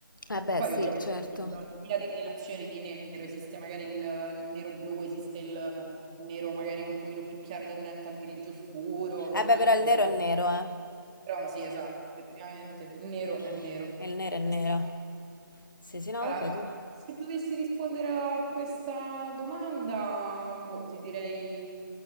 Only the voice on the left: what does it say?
Eh beh,
sì,
certo.
Eh
beh, però il nero è nero, eh.
<laughs> Il nero è
nero. Sì, sì, no,
vabbè, tu.